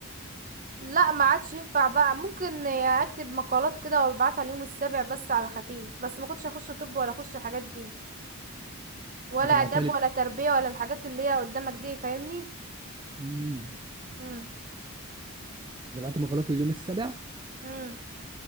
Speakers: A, on the right; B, on the right.
A: لا ما عادش ينفع بقى ممكن اكتب مقالات كده وابعتها اليوم السابع بس على خفيف بس ما كنتش هخش طب ولا اخش الحاجات دي ولا
B: انت
A: اداب
B: بعتها لي
A: ولا تربية ولا الحاجات اللي هي قدامك دي فاهمني
B: امم
A: امم
B: انت بعت مقالات لليوم السابع
A: امم